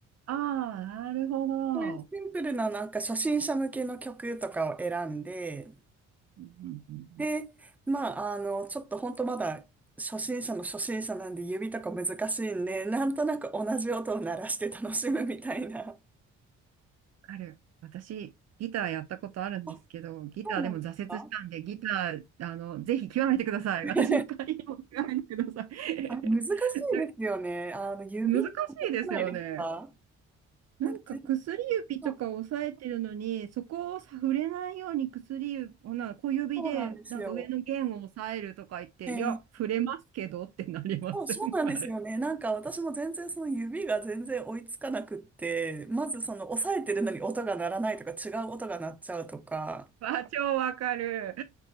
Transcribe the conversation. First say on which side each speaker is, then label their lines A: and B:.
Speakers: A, on the right; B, in the centre.
A: ああ、なるほど。
B: そういうシンプルななんか初心者向けの曲とかを選んで、
A: うんうんうんうん
B: で、まあ、あの、ちょっと本当まだ初心者の初心者なんで指とか難しいんで、なんとなく同じ音を鳴らして楽しむみたいな。
A: ある。私、ギターやったことあるんですけど、
B: あ、
A: ギターでも挫折したんで、
B: そうなんですか
A: ギター、あの、ぜひ極めてください。
B: <laughs>
A: 私の代わりにも極めてください。
B: あれ、難しい
A: <laughs> なんか
B: ですよね。あの、指、
A: 難しいですよね。
B: 難しくないですか
A: なんか薬指とか押さえてるのに、
B: なんか全然、そう
A: そこを触れないように薬指、ほな小指でなんか上の弦を押さえるとか言って、
B: そうなんですよ。えー
A: いや、触れますけどってなりません
B: そう、そうなんですよね。
A: <laughs> あれ。
B: なんか私も全然その指が全然追いつかなくって、まずその押さえてるのに音が鳴らないとか違う音が鳴っちゃうとか、
A: あ、超わかる。